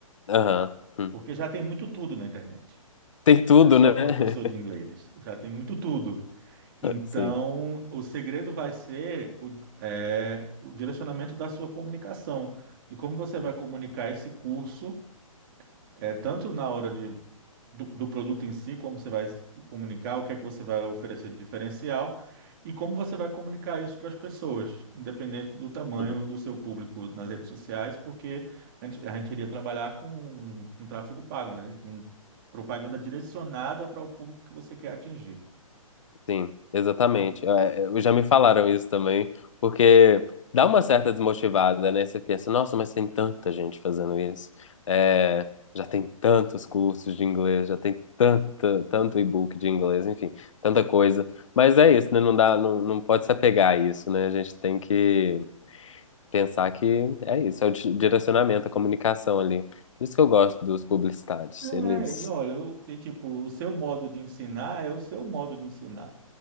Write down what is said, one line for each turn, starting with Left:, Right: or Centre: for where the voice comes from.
Left: Aham. hum.
Right: Porque já tem muito tudo na internet.
Left: Tem tudo,
Right: Não é só
Left: né? <laughs>
Right: professor de inglês, já tem muito tudo. Então,
Left: Sim.
Right: o segredo vai ser o, é, o direcionamento da sua comunicação. E como você
Left: Uhum,
Right: vai comunicar esse curso, é, tanto na hora de do, do produto em si, como você vai comunicar, o que é que você vai oferecer de diferencial e como você vai comunicar isso para as pessoas, independente do tamanho
Left: uhum.
Right: do seu público nas redes sociais, porque a gente, a gente iria trabalhar com, com tráfego pago, né? Com propaganda direcionada para o público que você quer atingir.
Left: Sim, exatamente. É, é, Eu já me falaram isso também, porque dá uma certa desmotivada, né? Você pensa, nossa, mas tem tanta gente fazendo isso. É, já tem tantos cursos de inglês, já tem tanta, tanto e-book de inglês, enfim, tanta coisa. Mas é isso, né? Não dá, não, não pode se apegar a isso, né? A gente tem que pensar que é isso, é o di- direcionamento, a comunicação ali. Por isso que eu gosto dos publicitários.
Right: Não
Left: Eles
Right: é, e olha, eu- e tipo, o seu modo de ensinar é o seu modo de ensinar.